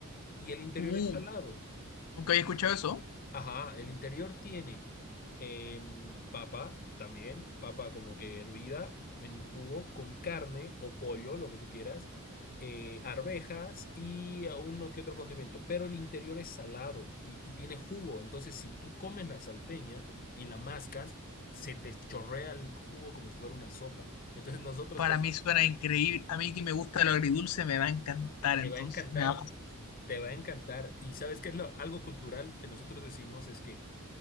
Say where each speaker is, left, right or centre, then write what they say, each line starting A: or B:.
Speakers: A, on the left (about 40°); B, on the left (about 80°).
A: y el interior
B: Uh,
A: es salado.
B: nunca había escuchado eso.
A: Ajá, el interior tiene em, papa también, papa como que hervida en un jugo, con carne o pollo, lo que tú quieras, eh, arvejas y a uno que otro condimento, pero el interior es salado y, y tiene jugo, entonces si tú comes la salteña y la mascas, se te chorrea el jugo como si fuera una sopa. Entonces nosotros
B: Para
A: te,
B: mí suena increíble. A mí que me gusta lo agridulce me va a encantar,
A: te
B: entonces
A: va a encantar,
B: me va a fascinar.
A: te va a encantar. Y sabes qué es lo- algo cultural que nosotros decimos es que...